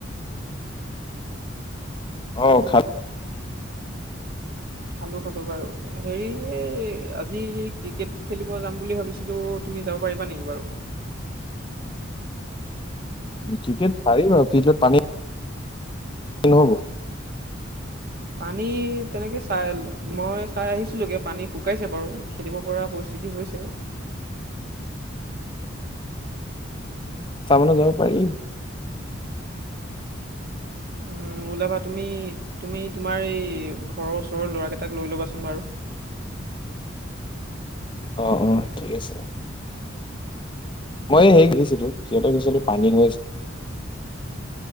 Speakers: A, on the left; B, on the right.
A: অঁ খাল
B: খালো, খালো বাৰু হেৰি আজি ক্ৰিকেট খেলিব যাম বুলি ভাবিছিলো। তুমি যাব পাৰিবা নেকি বাৰু
A: ক্ৰিকেট পাৰিম আৰু ফিল্ডত পানী হ'ব।
B: পানী তেনেকে চাই মই চাই আহিছিলগে পানী শুকাইছে বাৰু খেলিব পৰা পইছা। চিতি হৈছে।
A: তামানে যাব পাৰি।
B: উম ওলাবা তুমি তুমি তোমাৰ এই ঘৰৰ ওচৰৰ ল'ৰা কেইটা তাক লৈ ল'বাচোন বাৰু
A: অ', অ', ঠিক আছে।
B: <inaudible>
A: মই সেই গিছিলো সিহঁত গছিলো পানী হৈ